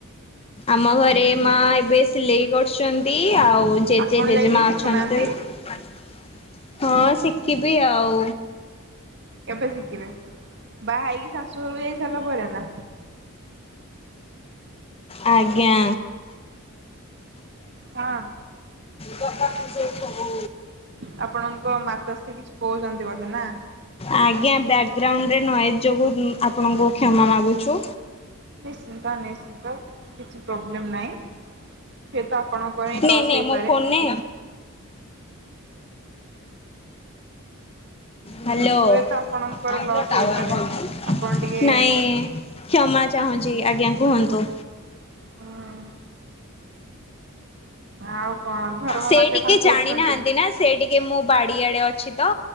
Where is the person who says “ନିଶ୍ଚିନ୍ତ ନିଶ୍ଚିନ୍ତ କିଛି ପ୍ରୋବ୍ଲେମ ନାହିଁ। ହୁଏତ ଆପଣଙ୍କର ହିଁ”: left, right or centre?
Right